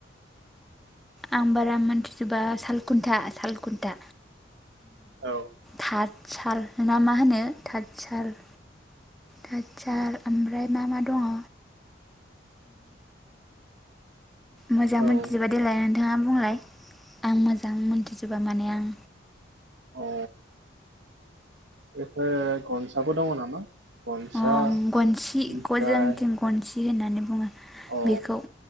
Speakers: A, in the centre; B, on the right.
A: आं बारा मिथिजोबा सालखुन्था-सालखुन्था
B: औ
A: थार साल ना मा होनो थानसाल थानसाल ओमफ्राय मा मा दङ? मोजां
B: औ
A: मोनथिजोबा देलाय नोंथाङा बुंलाय। आं मोजां मोनथिजोबा माने आं।
B: अ बेफोर गनसाबो दङ नामा? गनसा
A: अ गनसि
B: ओमफ्राय
A: ग जों थिं गनसि होननानै <unintelligible>
B: औ
A: बेखौ